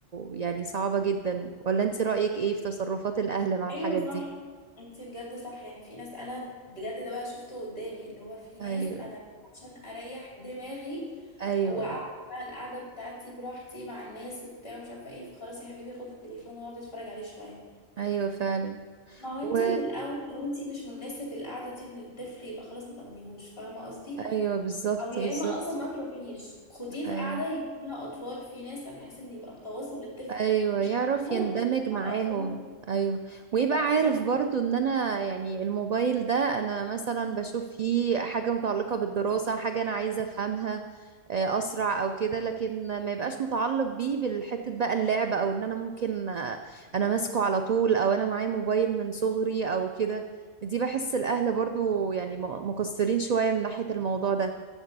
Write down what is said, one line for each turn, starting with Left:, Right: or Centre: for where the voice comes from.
Right: يعني صعبة جدا ولا انت رأيك ايه في تصرفات الاهل مع الحاجات
Left: ايوه
Right: دي
Left: صح انتي بجد صح يعني في ناس انا بجد ده بقى شفته قدامي اللي هو في ناس
Right: ايوه
Left: انا بس عشان اريح دماغي
Right: ايوه
Left: واقعد بقى القعده بتاعتي براحتي مع الناس وبتاع مش عارفه ايه فخلاص يا حبيبي خد التليفون واقعد اتفرج عليه شويه
Right: ايوه فعلا
Left: ما هو انتي
Right: و
Left: من الاول لو انتي مش مناسب القعده دي للطفل يبقى خلاص ما تاخديهوش فاهمه قصدي
Right: ايوه بالظبط
Left: او يا
Right: بالظبط
Left: اما اصلا ما تروحيش خديه في
Right: ايوه
Left: قعده يبقى فيها اطفال في ناس بحيث ان يبقى التواصل للطفل
Right: ايوه
Left: مش
Right: يعرف
Left: مضمون
Right: يندمج
Left: مع
Right: معاهم
Left: الاطفال
Right: ايوه ويبقى
Left: لا،
Right: عارف
Left: بالظبط
Right: برضو ان انا يعني الموبايل ده انا مثلا بشوف فيه حاجة متعلقة بالدراسة حاجة انا عايزة افهمها آه، اسرع او كده لكن ما يبقاش متعلق بيه بالحتة بقى اللعب او ان انا ممكن آه، انا ماسكه على طول او انا معايا موبايل من صغري او كده دي بحس الاهل برضو يعني م- مقصرين شوية من ناحية الموضوع ده